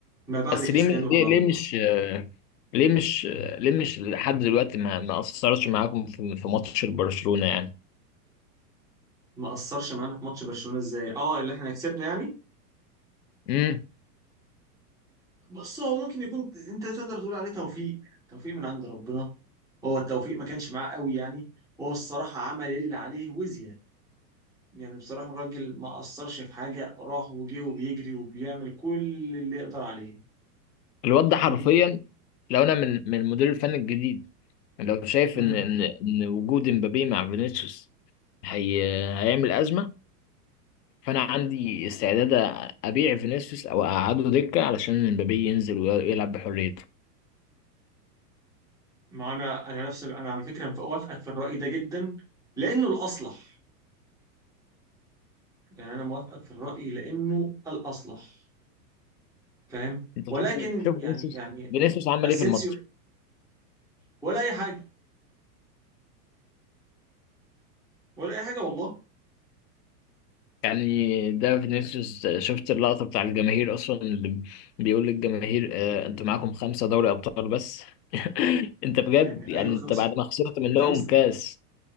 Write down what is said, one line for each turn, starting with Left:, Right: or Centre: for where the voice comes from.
Centre: ما بعد
Left: بس
Centre: كريستيانو
Left: ليه
Centre: رونالدو
Left: ليه ليه مش
Centre: طبعاً.
Left: ليه مش ليه مش لحد دلوقتي ما ما اثرش معاكم في في ماتش برشلونة يعني
Centre: ما اثرش معانا في ماتش برشلونة ازاي اه اللي احنا كسبنا يعني
Left: امم
Centre: بص هو ممكن يكون انت تقدر تقول عليه توفيق توفيق من عند ربنا هو التوفيق ما كانش معاه قوي يعني هو الصراحة عمل اللي عليه وزيادة يعني بصراحة الراجل ما أثرش في حاجة راح وجه وبيجري وبيعمل كل اللي يقدر عليه
Left: الواد
Centre: فاهمني
Left: ده حرفيا لو انا من من المدير الفني الجديد لو شايف
Centre: مم.
Left: ان ان ان وجود امبابي مع فينيسيوس هي هيعمل ازمه فانا عندي استعداد ابيع فينيسيوس او اقعده دكه علشان امبابي ينزل ويلعب بحريته
Centre: ما انا انا نفس انا على فكره موافقك في الراي ده جدا لانه الاصلح يعني انا موافقك في الراي لانه الاصلح فاهم
Left: انت
Centre: ولكن
Left: شوف شوف
Centre: يعني
Left: فينيسيوس
Centre: يعني
Left: فينيسيوس عمل
Centre: اسينسيو
Left: ايه في الماتش
Centre: ولا اي حاجه ولا اي حاجه والله
Left: يعني ده فينيسيوس شفت اللقطة بتاع الجماهير أصلا اللي بيقول للجماهير آه أنتوا معاكم خمسة دوري أبطال بس <laughs> أنت بجد
Centre: يعني
Left: يعني
Centre: ايوه خمسه
Left: أنت بعد ما خسرت منهم
Centre: خمسه
Left: كاس